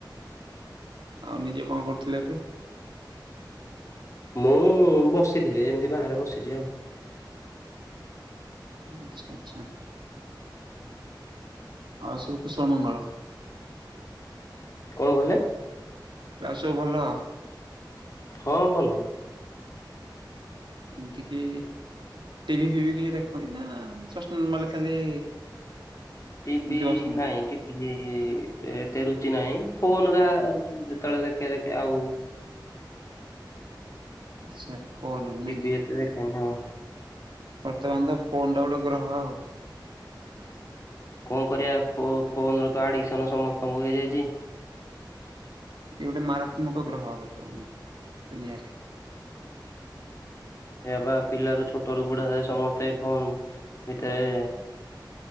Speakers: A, on the right; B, on the left.
A: ଆଉ ନିଜେ କଣ କରୁଥିଲେ ଏବେ?
B: ମୁଁ ବସିଥିଲି ଏମିତି ବାହାରେ ବସିଛି ଆଉ।
A: ଆଚ୍ଛା ଆଚ୍ଛା ଆଉ ସବୁ କୁସୁମ ମଙ୍ଗଳ।
B: କଣ କହିଲେ?
A: ଆଉ ସବୁ ଭଲ।
B: ହଁ ଭଲ।
A: ଏମିତିକି ଟିଭି ଫିଭି କିଛି ଦେଖନ୍ତି ନା ଜଷ୍ଟ ନର୍ମାଲ ଖାଲି
B: ଟିଭି
A: ଏମିତି ବସନ୍ତି?
B: ନାହିଁ ଟି ଏତେ ରୁଚି ନାହିଁ ଫୋନ ଯାହା ଯେତେବେଳେ ଦେଖେ ଦେଖେ ଆଉ।
A: ଆଚ୍ଛା। ଫୋନ ନାଇଁ
B: ଟିଭି
A: କି
B: ଏତେ ଦେଖେନି ହଁ।
A: ବର୍ତ୍ତମାନ ତ ଫୋନ୍ ଟା ଗୋଟେ ଗ୍ରହ ଆଉ।
B: କଣ କରିବା ଫୋନ୍ର ତ ଆଡ଼ିକସନ୍ ସମସ୍ତଙ୍କୁ ହୋଇଯାଇଛି।
A: ଏ ଗୋଟେ ମାରାତ୍ମକ ଗ୍ରହ ବର୍ତ୍ତମାନ ଦୁନିଆରେ।
B: ହୁଁ। ସେଇ ବା ପିଲାରୁ ଛୋଟ ରୁ ବୁଢା ଯାଏ ସମସ୍ତେ ଫୋନ ଭିତରେ